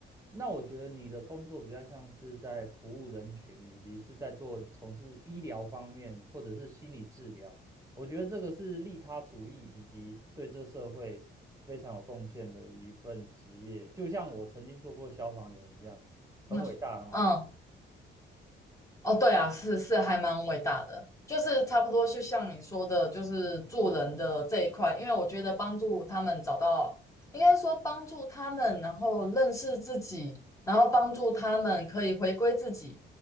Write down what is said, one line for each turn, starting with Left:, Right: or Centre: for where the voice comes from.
Right: 那我觉得你的工作比较像是在服务人群，以及是在做从事医疗方面或者是心理治疗。我觉得这个是利他主义以及对这社会非常有贡献的一份职业，就像我曾经做过消防员一样，很伟大哦。
Left: 嗯嗯。哦，对啊，是是还蛮伟大的，就是差不多就像你说的，就是做人的这一块，因为我觉得帮助他们找到，应该说帮助他们，然后认识自己，然后帮助他们可以回归自己，